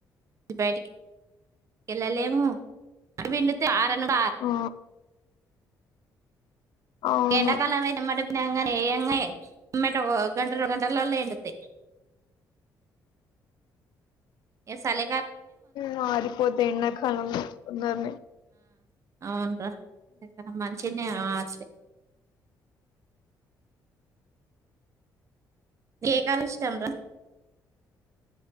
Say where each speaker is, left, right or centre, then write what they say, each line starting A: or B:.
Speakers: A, on the right (about 45°); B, on the left (about 75°).
A: బయటికి వెళ్ళలేము పిండితే అనుస
B: ఆ, అవును
A: ఎండకాల అతే మరి ఎ ఎంగ ఉమ్మట గంటరు గంటలా ఉడితే ఎ సాల
B: మరిపోతే ఎన్న కాలంందమే
A: అవును మంచినే ఆ అ ఎ కాలం ఇష్టంరా